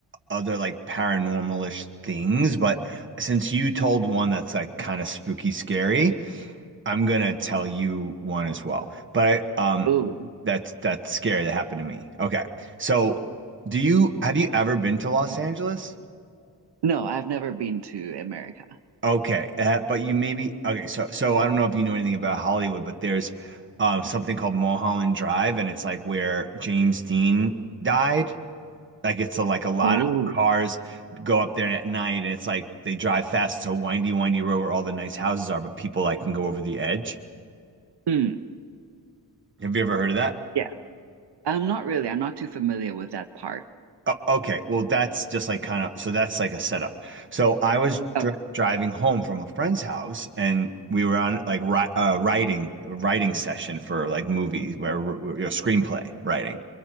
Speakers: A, on the right (about 30°); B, on the right (about 75°).
A: other like paranormalish things, but since you told one that's like kind of spooky scary, I'm gonna tell you one as well. But I um
B: Oh,
A: that's that's scary that happened to me. Okay. So do you have you ever been to Los Angeles?
B: no, I've never been to America.
A: Okay, uh, but you maybe okay. So, so I don't know if you know anything about Hollywood, but there's um, something called Mulholland Drive, and it's like where James Dean died. Like it's a, like a lot
B: Oh,
A: of cars go up there at night, and it's like they drive fast. It's a windy, windy road where all the nice houses are, but people like can go over the edge.
B: mm,
A: Have you ever heard of that?
B: yeah. I'm not really, I'm not too familiar with that part.
A: o- okay, well, that's just like kind of so that's like a setup. So I was
B: Okay,
A: dri driving home from a friend's house, and we were on like ri uh, writing writing session for like movies where we're- we're- you know, screenplay writing,